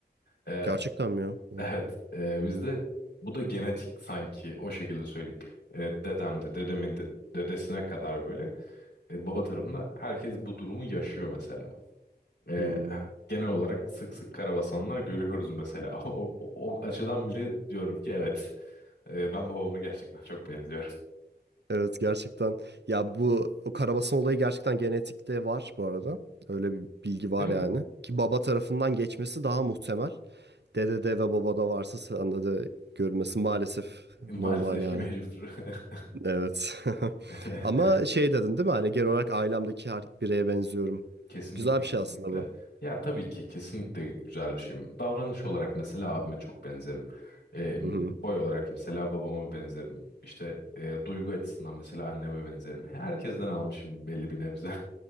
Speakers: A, on the left (about 90°); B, on the right (about 80°).
A: Ee,
B: Gerçekten mi ya? O-
A: evet, e, bizde bu da genetik sanki o şekilde söyleyeyim. Ee, dedem de, dedemin de, dedesine kadar böyle e, baba tarafında herkes bu durumu yaşıyor mesela. Ee,
B: Hmm.
A: genel olarak sık sık karabasanlar görüyoruz mesela. <laughs> O, o, o açıdan bile diyorum ki evet, e, ben babama gerçekten çok benziyorum.
B: Evet, gerçekten. Ya bu o karabasan olayı gerçekten genetikte var bu arada. Öyle bir bilgi var
A: <laughs> Değil
B: yani.
A: mi?
B: Ki baba tarafından geçmesi daha muhtemel. Dedede ve babada varsa sende de görülmesi maalesef normal
A: Maalesef
B: yani.
A: ki mecbur.
B: Evet. <laughs>
A: <laughs>
B: Ama şey dedin değil mi? Hani genel olarak ailemdeki her bireye benziyorum.
A: Kesinlikle
B: Güzel bir
A: kesinlikle.
B: şey aslında bu.
A: Ya tabii ki kesinlikle güzel bir şey. Davranış olarak mesela abime çok benzerim. Ee,
B: Hı hı.
A: boy olarak mesela babama benzerim. İşte e, duygu açısından mesela anneme benzerim. Herkesten almışım belli bir nebze.